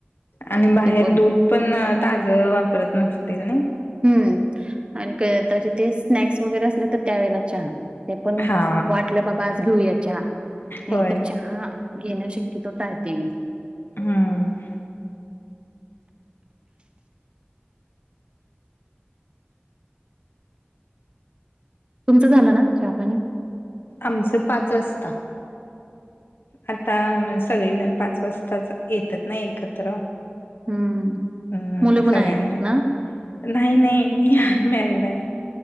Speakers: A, on the left; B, on the right.
A: आणि बाहेर
B: ते पण
A: दूध पण ताज वापरत नसतील नाई
B: हम्म आणि काय त्याचे ते, स्नॅक्स वगैरे असले तर त्यावेेळेला चहा. ते पण
A: हा
B: वाटलं बाबा, आज घेऊया चहा, नाही
A: होय
B: तर चहा घेणं शक्यतो टाळते मी.
A: हम्म.
B: तुमचं झालं ना, चहा, पाणी?
A: आमचं पाच वाजता. आता म्हणजे सगळेजण पाच वाजताच येतात ना एकत्र.
B: हम्म
A: हम्म
B: मुलं पण
A: सगळ्यांना
B: आहेत ना?
A: नाही नाही मी अनमॅरेड आहे.